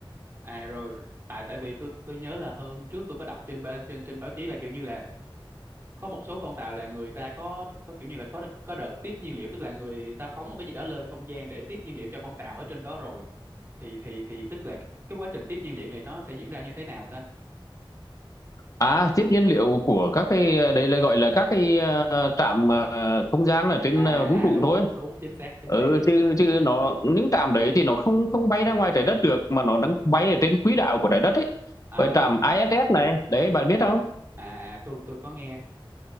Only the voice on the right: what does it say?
à rồi tại tại vì tôi tôi nhớ là hôm trước tôi có đọc trên ba- trên trên báo chí là kiểu như là có một số con tàu là người ta có có kiểu như là có có đợt tiếp nhiên liệu tức là người ta phóng một cái gì đó lên không gian để tiếp nhiên liệu cho con tàu ở trên đó rồi thì thì thì tức là cái quá trình tiếp nhiên liệu này nó sẽ diễn ra như thế nào ta
à
à
đúng
đúng đúng chính xác chính
xác
à
à à, tôi tôi có nghe